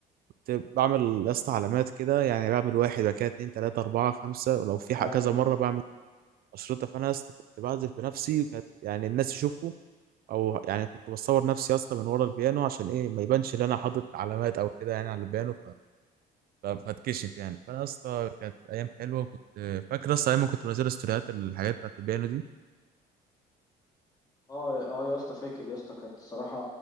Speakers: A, on the right (about 60°); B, on the left (about 20°).
A: كنت بعمل يا اسطى علامات كده يعني بعمل واحد بعد كده اتنين تلاته اربعه خمسه ولو في ح-
B: ايوه
A: كذا مره بعمل اشرطه فانا يا اسطى كنت بعزف بنفسي وكانت يعني الناس يشوفوا او يعني كنت بصور نفسي يا اسطى من ورا البيانو عشان ايه ما يبانش ان انا حاطط علامات او كده يعني على البيانو ف... ف- فاتكشف يعني فانا يا اسطى كانت ايام حلوه وكنت فاكر اصلا ايام ما كنت بنزل ستوريات الحاجات بتاعت البيانو دي
B: اه اه يا اسطى فاكر يا اسطى كانت الصراحه